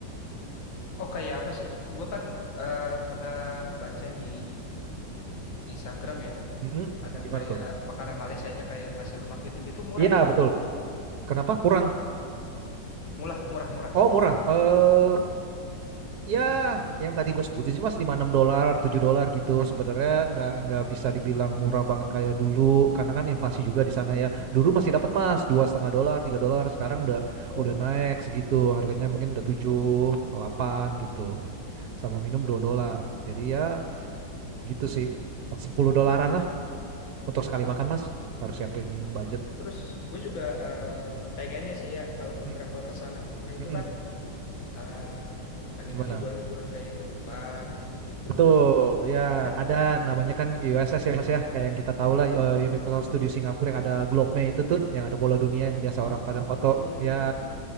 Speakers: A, on the left; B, on the right.
A: Oh, kayak apa sih? Gua kan eh, pernah baca di Instagram ya,
B: Mm-mm.
A: ada
B: Gimana
A: kayak
B: tuh?
A: makanan Malaysianya kayak nasi lemak gitu-gitu murah
B: Iya
A: ya jatuhnya
B: betul.
A: ya.
B: Kenapa kurang?
A: Murah, murah, murah.
B: Oh murah. Eh Ya, yang tadi gue sebutin sih mas lima enam dolar, 7 dolar gitu. Sebenarnya nggak nggak bisa dibilang murah banget kayak dulu, karena kan inflasi juga di sana ya. Dulu masih dapat mas dua setengah dolar, 3 dolar. Sekarang udah
A: Oh.
B: udah naik segitu. Harganya mungkin udah 7 8 gitu. Sama minum 2 dolar. Jadi ya gitu sih. 10 dolaran lah untuk sekali makan mas. Harus siapin budget.
A: Terus gue juga eh, pengennya sih ya kalau mau
B: Mm.
A: travel ke sana itu
B: Mm-mm.
A: kan ah pengen
B: Gimana?
A: yang hiburan-hiburan kayak ke Dufan gitu-gitu.
B: Betul, ya
A: Ada?
B: ada namanya kan USS ya mas ya, kayak yang kita tahu lah eh, Universal Studio Singapura yang ada globe-nya itu tuh, yang ada bola dunia yang biasa
A: Oh,
B: orang pada foto.
A: iya iya iya.
B: Ya